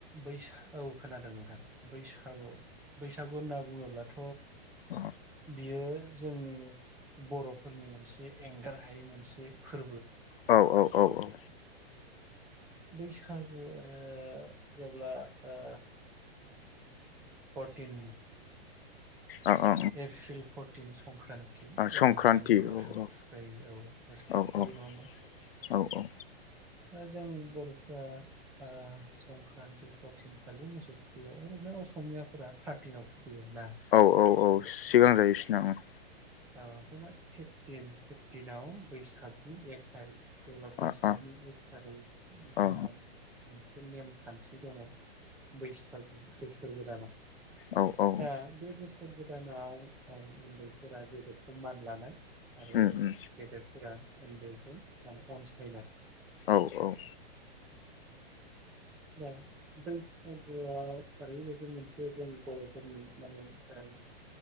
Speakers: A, in the centre; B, on the left (about 65°).
A: बैसा औ खोनादों नों थां बैसागु बैसागु होनना बुङोब्लाथ
B: अ
A: बियो जोंनि बरफोरनि मोनसे एंगार हायै मोनसे फोर
B: औ औ औ औ
A: बैसागु ओ जेब्ला ओ परटिन
B: औ औ
A: एप्रिल परट थिनस संक्रान्ति
B: औ
A: ओइदिनखालि
B: संक्रान्ति
A: मोसौ
B: औ
A: थुखायो औ मोसौ
B: संक्रान्ति औ
A: थुखैयो
B: औ
A: नङा होमबा?
B: औ औ
A: दा जों बरफ्रा ओ संक्रान्ति फरटिन खालि मोसौ थखैयो ओरैनो असमियाफोरा थार्टिनाव थुखैयो ना
B: औ औ औ सिगां जायो इसिना उम
A: औ जोंना फिफटिन फिफटिनाव बैसागनि एक थारिख जेब्ला बैसागनि
B: अ अ
A: एक थारिख दिनाव
B: अ
A: नेमखान्थि दङ बैसागु बैसागु बोसोर गोदानाव
B: औ औ
A: दा बे बोसो बोसोर‌ गोदानाव औ उन्दैफोर उन्दैफ्रा गेदेर खौ मान लानाय। आरो
B: उम उम
A: गदेरफोरा- उन्दैखौ माने अनसायनाइ
B: औ -औ!
A: दा बैसागागुआव ओरैबायदि मोनसे जों बर'फोरनि माने ओ